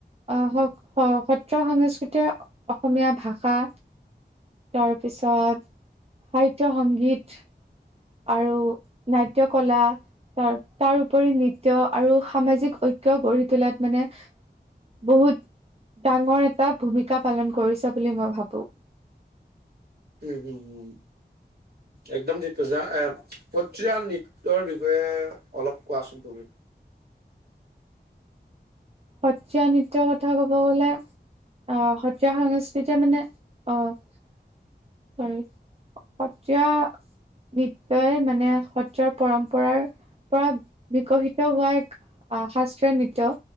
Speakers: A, on the right; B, on the right.
A: অ স সত্ৰ সংস্কৃতিয়ে অসমীয়া ভাষা তাৰপিছত সাহিত্য সংগীত আৰু নাট্য কলা তাৰ তাৰ উপৰি নৃত্য আৰু সামাজিক ঐক্য গঢ়ি তোলাত মানে বহুত ডাঙৰ এটা ভূমিকা পালন কৰিছে বুলি মই ভাবো
B: উম উম হুম একদম ঠিক কৈছা এ সত্ৰীয়া নৃত্যৰ বিষয়ে অলপ কোৱাচোন তুমি।
A: সত্ৰীয়া নৃত্যৰ কথা কব গলে। অ সত্ৰীয়া সংস্কৃতি মানে অ হেৰি সত্ৰীয়া নৃত্যই মানে সত্ৰৰ পৰম্পৰাৰ পৰা বিকশিত হোৱা এক অ শাস্ত্ৰীয় নৃত্য